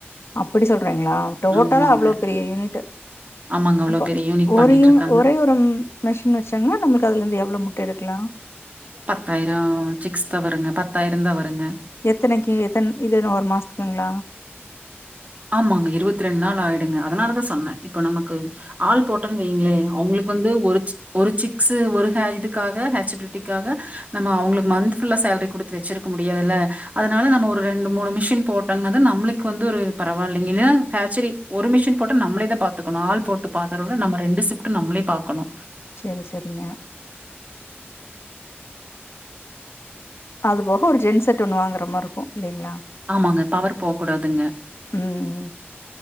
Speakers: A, on the left (about 75°); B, on the right (about 35°).
A: அப்டி சொல்றீங்களா டோட்டலா
B: ஆமாங்க.
A: அவ்ளோ பெரிய யூனிட்டு
B: ஆமாங்க. அவ்ளோ
A: இப்ப
B: பெரிய யூனிட்
A: ஒரியு
B: பண்ணிட்டு இருக்காங்க.
A: ஒரே ஒரு உம் மெஷின் வச்சாங்களா நமளுக்கு அதுலருந்து எவ்ளோ முட்ட எடுக்லா
B: பத்தாயிரோ சிக்ஸ் தா வருங்க பத்தாயிரத வருங்க
A: எத்தனைக்கு எத்தன இதுன்ன ஒரு மாஸ்த்துக்குங்களா
B: ஆமாங்க இருவத்ரெண்டு நாள் ஆயிடுங்க அதனாலதா சொன்ன இப்ப நமக்கு ஆள் போட்டன்னு வைங்களே அவங்களுக்கு வந்து ஒரு சிக் ஒரு சிக்ஸ் ஒரு ஹ இதுக்காக ஹச்சபிலிட்டிக்காக நம்ம அவங்களுக்கு மந்த் ஃபுல்லா சேலரி குடுத்து வச்சிருக்க முடியாதுல்ல அதனால நம்ம ஒரு ரெண்டு மூணு மிஷின் போட்டங்கன்னாதா நம்ளு க்கு வந்து ஒரு பரவாயில்லங்கல்லயா ஹ சரி ஒரு மிஷின் போட்டா நம்மளே தா பாத்துக்கணு ஆள் போட்டு பாக்கறது நம்ம ரெண்டு சிப் ட் நம்ளே பாக்கணு
A: செரி செரிங்க அது போக ஒரு ஜென்ஸ் செட் ஒண்ணு வாங்ற மாரி இருக்கு இல்லங்களா
B: ஆமாங்க பவர் போக கூடாதுங்க
A: ம்ம்